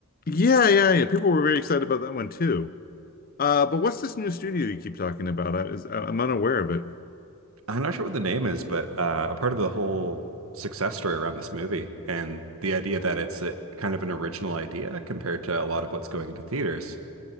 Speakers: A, on the left; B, on the right.
A: Yeah, yeah, yeah. People were very excited about that one too. Uh, but what's this new studio you keep talking about? I is I- am unaware of it.
B: I'm not sure what the name is, but uh, a part of the whole success story around this movie and the idea that it's a, kind of an original idea compared to a lot of what's going into theaters.